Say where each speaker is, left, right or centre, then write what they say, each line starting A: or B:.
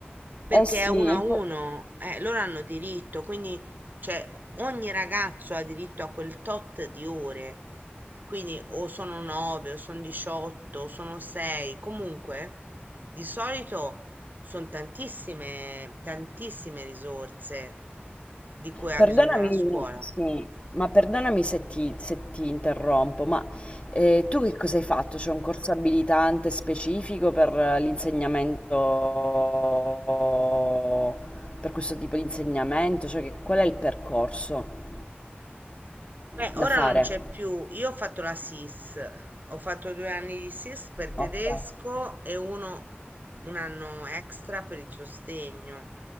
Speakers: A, on the right; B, on the left.
A: perché
B: Eh sì,
A: è uno
B: e
A: a uno,
B: per-
A: eh, loro hanno diritto, quindi cioè, ogni ragazzo ha diritto a quel tot di ore. Quindi o sono 9, o sono 18, o sono 6. Comunque, di solito sono tantissime, tantissime risorse di cui ha
B: perdonami,
A: bisogno la scuola.
B: sì, ma perdonami se ti, se ti interrompo, ma eh, tu che cosa hai fatto? C'è un corso abilitante specifico per eh, l'insegnamento, per questo tipo di insegnamento? Cioè che- qual è il percorso
A: Beh,
B: da
A: ora
B: fare?
A: non c'è più. Io ho fatto la SIS, ho fatto due anni di SIS per tedesco
B: Ok,
A: e uno, un anno extra per il sostegno.